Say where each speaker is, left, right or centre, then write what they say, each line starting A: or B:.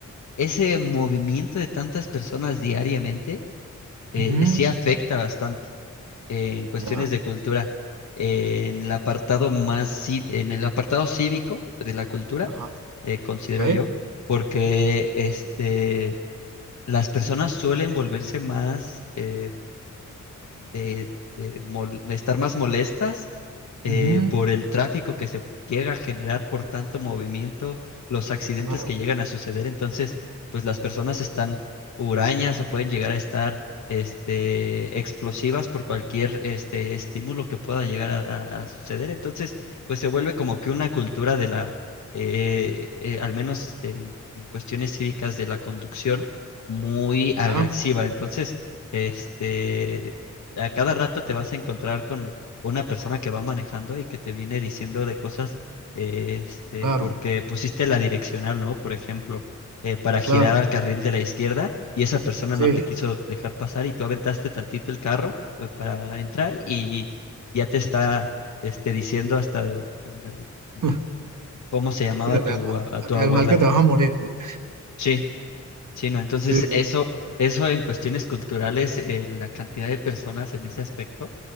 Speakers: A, on the left; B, on the right.
A: ese movimiento de tantas personas diariamente eh,
B: ujú,
A: sí afecta bastante eh, en cuestiones
B: ya,
A: de cultura. Eh, en el apartado más, ci- en el apartado cívico de la cultura,
B: ajá,
A: eh, considero
B: ok,
A: yo, porque este, las personas suelen volverse más, eh, de, de mol- estar más molestas eh,
B: ujú,
A: por el tráfico que se llega a generar por tanto movimiento, los accidentes
B: claro,
A: que llegan a suceder. Entonces, pues las personas están hurañas o pueden llegar a estar este, explosivas por cualquier este, estímulo que pueda llegar a, a- a suceder. Entonces, pues se vuelve como que una cultura de la, eh, eh, al menos en, en cuestiones cívicas de la conducción, muy agresiva.
B: ya,
A: Entonces, este, a cada rato te vas a encontrar con una persona que va manejando y que te viene diciendo de cosas, eh, este,
B: claro,
A: porque pusiste la direccional, ¿no? Por ejemplo, eh, para girar
B: claro,
A: al carril de la izquierda y esa persona
B: sí,
A: no te quiso dejar pasar y tú aventaste tantito el carro, eh, para entrar y ya te está, este, diciendo hasta mm,
B: <laughs>
A: cómo se llamaba
B: sí, hasta
A: tu,
B: el, ma-
A: a, a
B: hasta
A: tu abuela,
B: el mal que
A: ¿no?
B: te vas a morir, man.
A: Sí. Sí, ¿no? Entonces,
B: Sí, sí,
A: eso, eso en cuestiones culturales, eh, la cantidad de personas en ese aspecto,